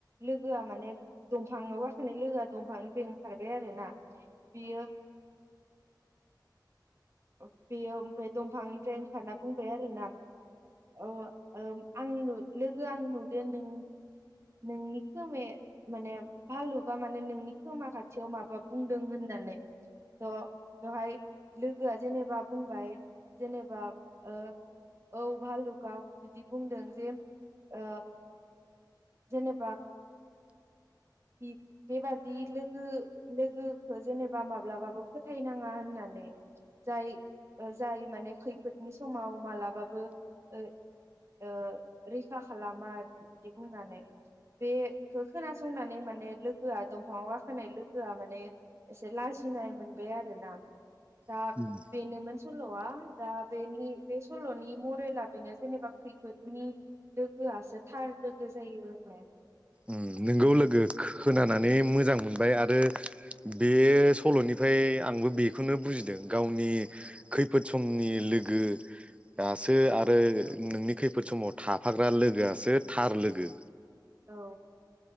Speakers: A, on the right (about 40°); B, on the right (about 15°).
A: लोगोआ माने दंफां आव गाखोननाय लोगो दंफांनिफ्राय ओंखारबाय आरोना बियो बेयो ओमफ्राय दंफांनिफ्राय ओंखारना बुंबाय आरोना अ ओ आं नु लोगो आं नुदो नों नोंनि खोमाया माने भालुबा माने नोंनि खोमा खाथियाव माबा बुंदों होननानै थ' बेवहाय लोगोआ जेनेबा बुंबाय जेनेबा ओ औ भालुका बिदि बुंदों जे ओ जेनबा बिब बेबा दि लोगो-लोगोखो जेनेबा माब्लाबाबो फोथायनाङा होननानै जाय ओ जाय माने खैफोदनि समाव मालाबाबो ओ ओ रैखा खालामा बिदि बुंनानै बेखौ खोनासंनानै माने लोगोआ दंफाङाव गाखोनाय लोगोआ माने एसे लाजिनाय मोनबाय आरो ना दा
B: उम
A: बेनोमोन सल'आ दा बेनि बे सल'नि मरेला बेनो जेनेबा खैफोदनि लोगोआसो थार लोगो जायो आरो
B: उम नोंगौ लोगो खोनानानै मोजां मोनबाय आरो बेयो सल'निफ्राय आंबो बेखौनो बुजिदों गावनि खैफोद समनि लोगो दासो आरो नोंनि खैफोद समाव थाफाग्रा लोगोआसो थार लोगो
A: औ